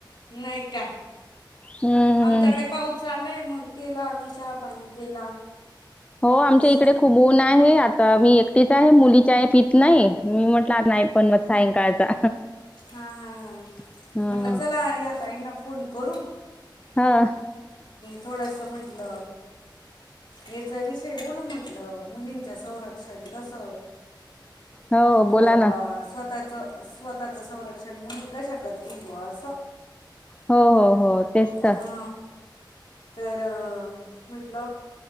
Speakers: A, on the left; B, on the left.
A: नाही का
B: हम्म.
A: आमच्याकडे पाऊस चाललाय मग केला आम्ही चहा पाणी केला
B: हो आमच्या
A: असं
B: इकडे खुप ऊन आहे आता मी एकटीच आहे मुलीचे आहे पीत नाही मी म्हटला नाही पण मग सायंकाळचा
A: हा हा हा
B: हं.
A: म्हटल चला या ताईना फोन करू
B: हां
A: थोडस म्हटल याचा विषय बोलु म्हटल मुलींच संरक्षण कस
B: हो
A: होत
B: बोला
A: बा
B: ना
A: स्वतःच स्वतःच संरक्षण मुली कशा करतील बा अस
B: हो हो हो तेच तर
A: हा तर म्हटल